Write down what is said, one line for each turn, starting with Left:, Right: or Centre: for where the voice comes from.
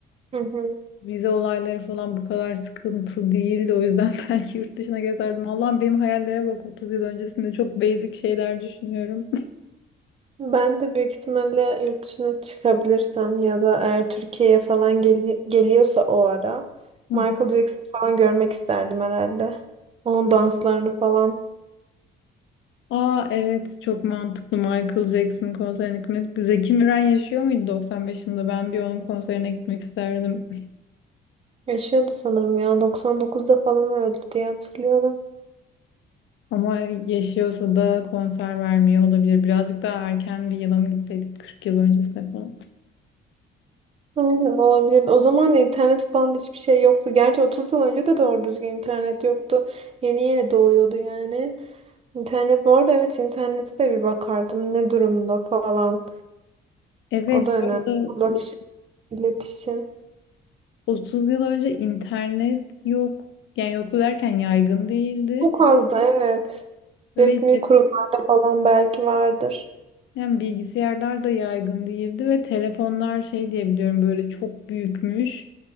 Right: Hı hı.
Left: vize olayları falan bu kadar sıkıntı değildi. O yüzden <laughs> belki yurt dışına gezerdim. Allah'ım benim hayallere bak 30 yıl öncesinde çok basic şeyler düşünüyorum.
Right: Ben de büyük ihtimalle yurt dışına çıkabilirsem ya da eğer Türkiye'ye falan geli- geliyorsa o ara
Left: <laughs>
Right: Michael
Left: Hı hı.
Right: Jackson falan görmek isterdim herhalde. Onun danslarını falan.
Left: Aa evet çok mantıklı Michael Jackson konserine gitmek. Zeki Müren yaşıyor muydu 95 yılında? Ben bir onun konserine gitmek isterdim.
Right: Yaşıyordu sanırım ya. 99'da falan öldü diye hatırlıyorum.
Left: <laughs> Ama yaşıyorsa da konser vermiyor olabilir. Birazcık daha erken bir yıla mı gitseydik 40 yıl öncesine falan.
Right: Aynen olabilir. O zaman da internet falan da hiçbir şey yoktu. Gerçi 30 yıl önce de doğru düzgün internet yoktu. Yeni yeni doğuyordu yani. İnternet bu arada evet internete de bir bakardım ne durumda falan.
Left: Evet
Right: O da
Left: bu
Right: önemli.
Left: arada
Right: Ulaş,
Left: o-
Right: iletişim.
Left: 30 yıl önce internet yok. Yani yoktu derken yaygın değildi.
Right: Çok az da evet.
Left: Ve
Right: Resmi kurumlarda falan belki vardır.
Left: cepten bilgisayarlar da yaygın değildi ve telefonlar şey diye biliyorum böyle çok büyükmüş.